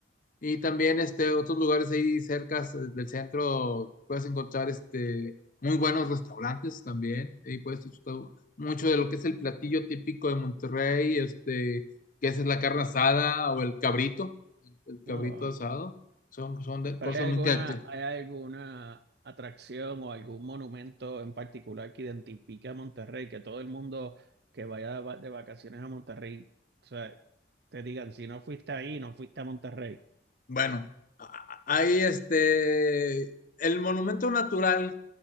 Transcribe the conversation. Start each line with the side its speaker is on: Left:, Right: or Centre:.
Left: Y también este, otros lugares ahí cerca del centro puedes encontrar este, muy buenos restaurantes también. ahí puedes disfrutar mucho de lo que es el platillo típico de Monterrey, este, que es la carne asada o el cabrito, el, el cabrito
Right: Ah, wow.
Left: asado. Son, son de-
Right: ¿Pero
Left: cosas
Right: hay
Left: muy
Right: alguna,
Left: caracter-
Right: hay alguna atracción o algún monumento en particular que identifique a Monterrey? Que todo el mundo que vaya de va- de vacaciones a Monterrey, o sea, te digan, si no fuiste ahí, no fuiste a Monterrey.
Left: Bueno, a- ahí este, el monumento natural,